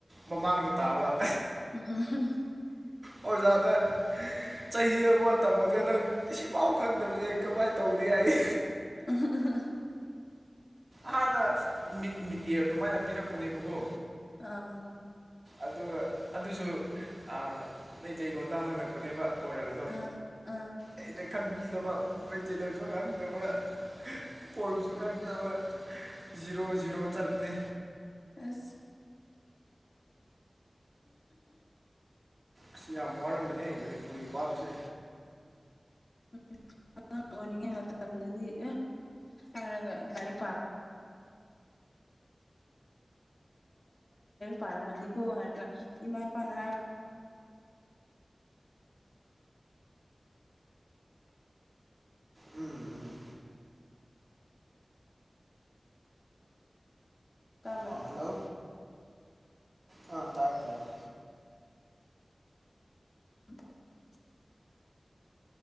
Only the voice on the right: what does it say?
ꯃꯃꯥꯡꯗ ꯇꯥꯕ
ꯑꯣꯖꯥꯗ ꯆꯍꯤ ꯑꯃ ꯇꯝꯃꯒ ꯅꯪ ꯁꯤꯐꯥꯎ ꯈꯪꯗꯕꯁꯦ ꯀꯃꯥꯏꯅ ꯇꯧꯅꯤ ꯍꯥꯏꯌꯦ
ꯍꯥꯟꯅ ꯃꯤꯠ ꯃꯤꯠ ꯌꯔ ꯑꯗꯨꯃꯥꯏꯅ ꯄꯤꯔꯛꯄꯅꯦꯕꯀꯣ
ꯑꯗꯨ ꯑꯗꯨꯁꯨ ꯑ ꯃꯩꯇꯩꯂꯣꯟꯗ ꯍꯪꯂꯛꯄꯅꯦꯕ ꯑꯣꯔꯦꯜꯗꯣ
ꯑꯩꯅ ꯈꯪꯕꯤꯗꯕ ꯃꯩꯇꯩ ꯂꫭꯟꯁꯨ ꯈꯪꯗꯕ ꯄꯣꯏꯟꯁꯨ ꯈꯪꯗꯕ ꯖꯤꯔꯣ ꯖꯤꯔꯣ ꯆꯠꯂꯤꯅꯦ
ꯑꯁ ꯌꯥꯝ ꯋꯥꯔꯝꯕꯅꯦ ꯃꯅꯤꯄꯨꯔꯤ ꯄꯥꯕꯁꯦ
ꯎꯝ ꯎꯝ
ꯑꯥ ꯍꯜꯂꯣ ꯑꯥ ꯇꯥꯏꯌꯦ ꯇꯥꯏꯌꯦ